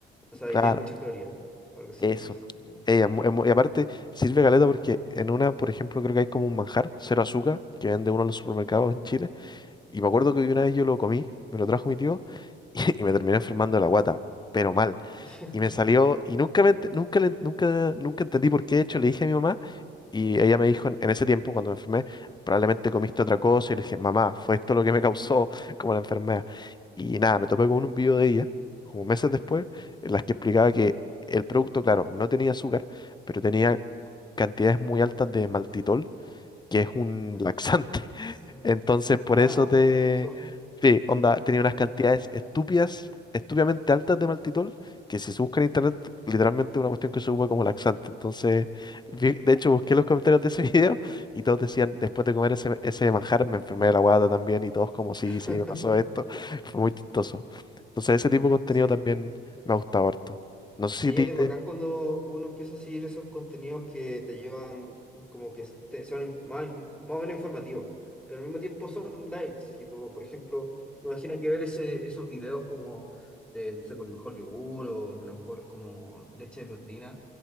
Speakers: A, in the centre; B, on the left (about 20°).
A: O sea,
B: claro.
A: y tiene muchas calorías. Algo así,
B: Eso.
A: no sé. No.
B: Ey, es mu- es mu-
A: Mm.
B: y aparte, sirve caleta porque en una, por ejemplo, creo que hay como un manjar, cero azúcar, que vende uno en los supermercados en Chile. Y me acuerdo que una vez yo lo comí, me lo trajo mi tío, <laughs> y, me terminé enfermando de la guata, pero mal.
A: <laughs>
B: Y me salió, y nunca, me ent- nunca, le- nunca, nunca entendí por qué. De hecho, le dije a mi mamá, y ella me dijo, en en ese tiempo, cuando me enfermé, probablemente comiste otra cosa. Y le dije, mamá, fue esto lo que me causó <laughs> como la enfermedad. Y nada, me topé
A: Mm,
B: con un video de ella, como meses después, en las que explicaba
A: Ya,
B: que el producto, claro, no tenía azúcar, pero tenía cantidades muy altas de maltitol, que es un
A: mal.
B: laxante.
A: Tol-
B: <laughs>
A: Ya.
B: Entonces, por
A: Ah,
B: eso te...
A: oh,
B: Sí, onda, tenía unas cantidades
A: mm,
B: estúpidas, estúpidamente altas de maltitol, que si se busca en internet, literalmente es una cuestión que se usa como laxante. Entonces, vi- de hecho, busqué los comentarios de ese <laughs> video y todos decían, después de comer ese, ese manjar, me enfermé de la guata también y todos como, sí, sí,
A: <laughs>
B: me pasó esto. <laughs> Fue muy chistoso.
A: oh,
B: Entonces, ese tipo de contenido
A: sí.
B: también me ha gustado harto. No sé
A: Sí,
B: si a ti
A: es
B: te...
A: bacán cuando uno empieza a seguir esos contenidos que te llevan, como que te- son in- más, in- más o menos informativos, pero al mismo tiempo son lights. Tipo, por ejemplo, me imagino que ver ese, esos videos como de, no sé, por el mejor yogur o la mejor como leche de proteína,